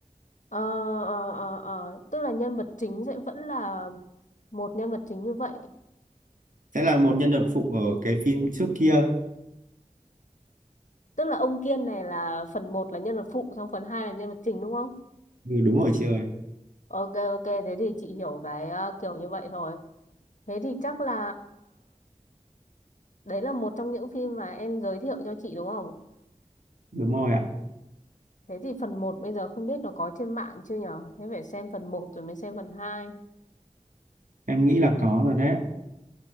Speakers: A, on the left; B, on the right.
A: Ờ, ờ, ờ, ờ. Tức là nhân vật chính sẽ vẫn là một nhân vật chính như vậy.
B: sẽ là một nhân vật phụ ở cái phim trước kia
A: Tức là ông Kiên này là phần một là nhân vật phụ, xong phần 2 là nhân vật chính đúng không?
B: ừ, đúng rồi chị ơi
A: Ok, ok, thế thì chị hiểu cái à, kiểu như vậy thôi. Thế thì chắc là đấy là một trong những phim mà em giới thiệu cho chị đúng không?
B: đúng rồi ạ
A: Thế thì phần một bây giờ không biết nó có trên mạng chưa nhở? Thế phải xem phần một rồi mới xem phần hai
B: em nghĩ là có rồi đấy ạ.